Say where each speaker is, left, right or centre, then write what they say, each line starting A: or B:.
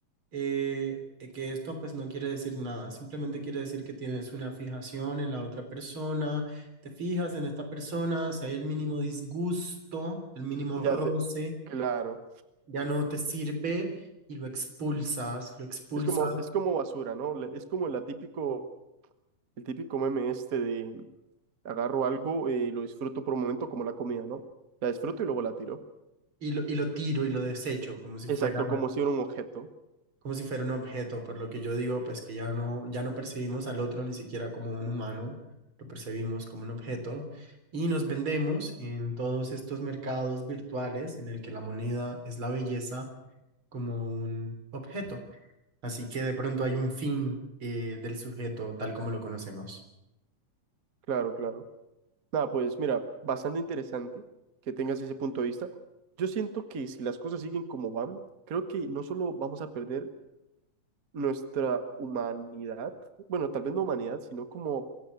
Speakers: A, on the right (about 40°); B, on the right (about 70°).
A: eh, eh, que esto pues no quiere decir nada, simplemente quiere decir que tienes una fijación en la otra persona, te fijas en esta persona, si hay el mínimo disgusto, el mínimo
B: Ya
A: roce,
B: te, claro.
A: ya no te sirve y lo expulsas, lo expulsas
B: Es como, es como basura, ¿no? Le- Es como la típico, el típico meme este de agarro algo eh, y lo disfruto por un momento como la comida, ¿no? La disfruto y luego la tiro.
A: y lo, y lo tiro y lo desecho como si
B: Exacto,
A: fuera...
B: como si fuera un objeto.
A: como si fuera un objeto, por lo que yo digo, pues que ya no, ya no percibimos al otro ni siquiera como un humano, lo percibimos como un objeto y nos vendemos en todos estos mercados virtuales en el que la moneda es la belleza como un objeto. Así que de pronto hay un fin eh, del sujeto tal como lo conocemos.
B: Claro, claro. Nada, pues mira, bastante interesante que tengas ese punto de vista. Yo siento que si las cosas siguen como van, creo que no solo vamos a perder nuestra humanidad, bueno, tal vez no humanidad, sino como